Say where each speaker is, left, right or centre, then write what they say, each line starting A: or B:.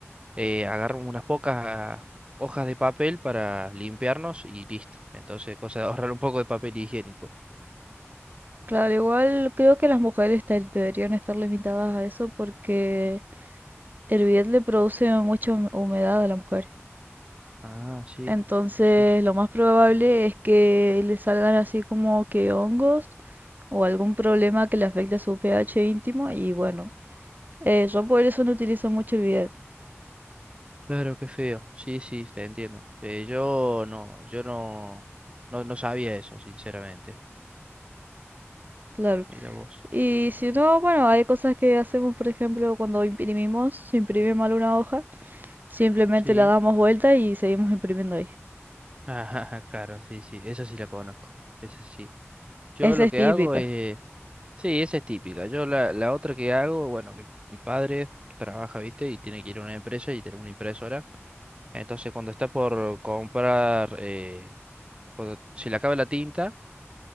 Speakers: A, on the right; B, on the right.
A: eh, agarramos unas pocas hojas de papel para limpiarnos y listo. Entonces, cosa de ahorrar un poco de papel higiénico.
B: Claro, igual creo que las mujeres te- deberían estar limitadas a eso porque el bidet le produce mucha hum- humedad a la mujer.
A: Ah, sí,
B: Entonces,
A: sí,
B: lo más probable es que le salgan así como que hongos o algún problema que le afecte a su pH íntimo y bueno, eh, yo por eso no utilizo mucho el bidet,
A: Claro, qué feo. Sí, sí, te entiendo. Eh, yo no, yo no, no, no sabía eso, sinceramente.
B: claro.
A: Mira vos.
B: Y si no, bueno, hay cosas que hacemos, por ejemplo, cuando imprimimos, se imprime mal una hoja Simplemente
A: Sí.
B: la damos vuelta y seguimos imprimiendo ahí.
A: <laughs> Ajá, claro, sí, sí. Esa sí la conozco. Esa sí. Yo
B: Esa
A: lo
B: es
A: que
B: típica.
A: hago es... Sí, esa es típica. Yo la, la otra que hago, bueno, mi, mi padre trabaja, ¿viste? Y tiene que ir a una empresa y tener una impresora. Entonces, cuando está por comprar, eh, cuando se le acaba la tinta,